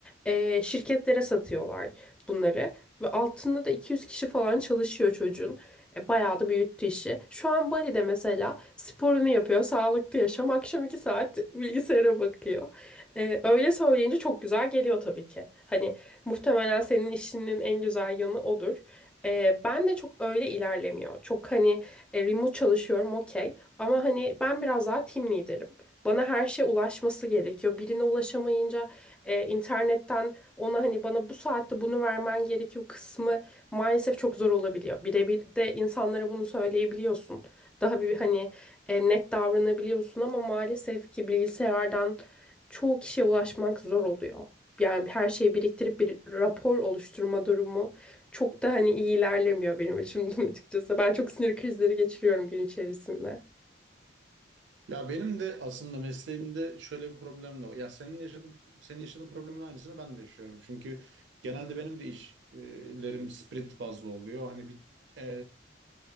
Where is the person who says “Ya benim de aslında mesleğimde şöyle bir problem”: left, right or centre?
Right